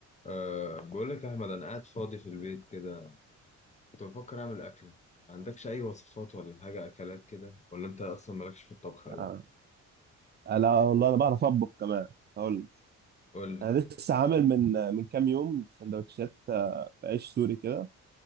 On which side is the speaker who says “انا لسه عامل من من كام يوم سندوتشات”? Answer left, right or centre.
Right